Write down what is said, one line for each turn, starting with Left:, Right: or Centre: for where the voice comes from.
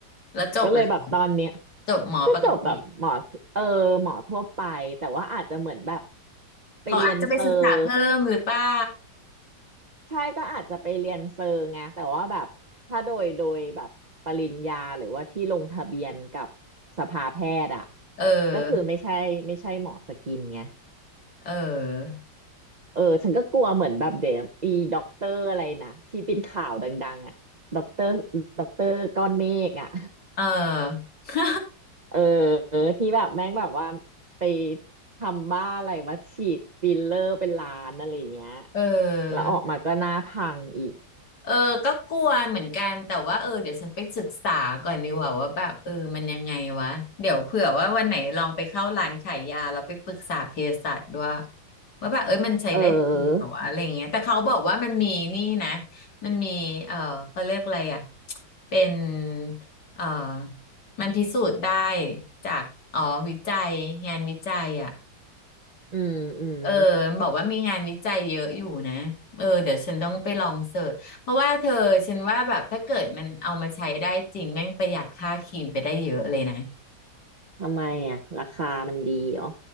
Left: แล้วจบเลย
Right: ก็เลยแบบตอนเนี้ย
Left: จบหมอปกติ
Right: ก็จบแบบหมอเออหมอทั่วไปแต่ว่าอาจจะเหมือนแบบไปเรียนเซอร์
Left: เขาอาจจะไปศึกษาเพิ่มหรือเปล่า
Right: ใช่ก็อาจจะไปเรียนเซอร์ไงแต่ว่าแบบถ้าโดยโดยแบบปริญญาหรือว่าที่ลงทะเบียนกับสภาแพทย์อ่ะ
Left: เออ
Right: ก็คือไม่ใช่ไม่ใช่หมอสกินไง
Left: เออ
Right: เออฉันก็กลัวเหมือนแบบเดี๋ยวอีด็อกเตอร์อะไรนะที่เป็นข่าวดังๆอ่ะด็อกเตอร์ด็อกเตอร์ก้อนเมฆอ่ะ
Left: เออ <laughs>
Right: เออที่แบบแม่งแบบว่าไปทำบ้าอะไรมาฉีดฟิลเลอร์เป็นล้านอะไรอย่างเงี้ย
Left: เออ
Right: แล้วออกมาก็หน้าพังอีก
Left: เออก็กลัวเหมือนกันแต่ว่าเออเดี๋ยวฉันไปศึกษาก่อนดีกว่าว่าแบบเออมันยังไงวะเดี๋ยวเผื่อว่าวันไหนลองไปเข้าร้านขายยาแล้วไปปรึกษาเภสัชด้วยว่าแบบเอ้ยมันใช้ได้จริงเหรอวะอะไรอย่างเงี้ยแต่เขาบอกว่ามันมีนี่นะ
Right: เออ
Left: มันมีเออเขาเรียกอะไรอ่ะเป็นเออมันพิสูจน์ได้จากอ๋อวิจัยงานวิจัยอ่ะ
Right: อืมอืม
Left: เออบอกว่ามีงานวิจัยเยอะอยู่นะเออเดี๋ยวฉันต้องไปลองเสิร์ชเพราะว่าเธอฉันว่าแบบถ้าเกิดมันเอามาใช้ได้จริงแม่งประหยัดค่าครีมไปได้เยอะเลยนะ
Right: ทำไมอ่ะราคามันดีเหรอ